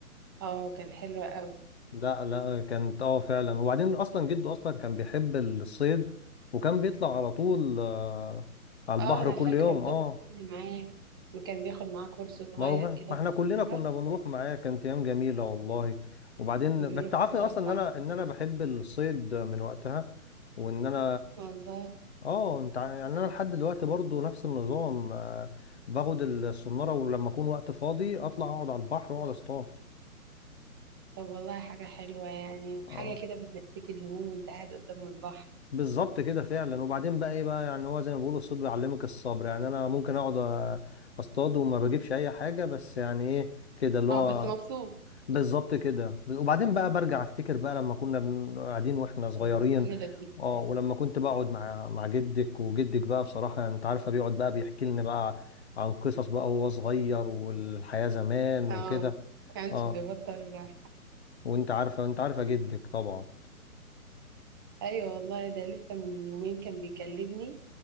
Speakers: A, on the right; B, on the left.
A: اه كان حلو قوي
B: لا لا كانت اه فعلا وبعدين اصلا جده اصلا كان بيحب الصيد وكان بيطلع على طول آه على
A: اه
B: البحر
A: انا
B: كل
A: فاكرة
B: يوم
A: وكان
B: اه
A: بياخدني معاه وكان بياخد معاه كرسي صغير
B: ما هو
A: كده
B: ما
A: وصنورة
B: احنا كلنا كنا بنروح معاه كانت ايام جميله والله وبعدين
A: وبيروح
B: بس تعرفني
A: يقعد
B: اصلا
A: على البحر
B: ان انا ان انا بحب الصيد من وقتها وان انا
A: والله
B: اه انت ع- يعني انا لحد دلوقتي برضو نفس النظام آه، باخد الصناره ولما اكون وقت فاضي اطلع اقعد على البحر واقعد اصطاد
A: طب والله حاجة حلوة يعني وحاجة
B: اه
A: كده بتنسيك الهموم وانت قاعد قدام البحر
B: بالظبط كده فعلا وبعدين بقى ايه بقى يعني هو زي ما بيقولوا الصيد بيعلمك الصبر يعني انا ممكن اقعد أ- اصطاد وما بجيبش اي حاجه بس يعني ايه كده اللي
A: اه
B: هو
A: بس مبسوط
B: بالظبط
A: <laughs>
B: كده وبعدين بقى برجع افتكر بقى لما كنا بن- قاعدين واحنا صغيرين
A: إيه، كان لبيت
B: اه
A: يعني
B: ولما كنت بقعد مع مع جدك وجدك بقى بصراحة يعني انت عارفة بيقعد بقى بيحكي لنا بقى عن قصص بقى وهو صغير والحياة زمان وكده
A: اه كانش
B: اه
A: بيبطل
B: وانت عارفة انت عارفة جدك طبعا
A: ايوه والله ده لسه من يومين كان بيكلمني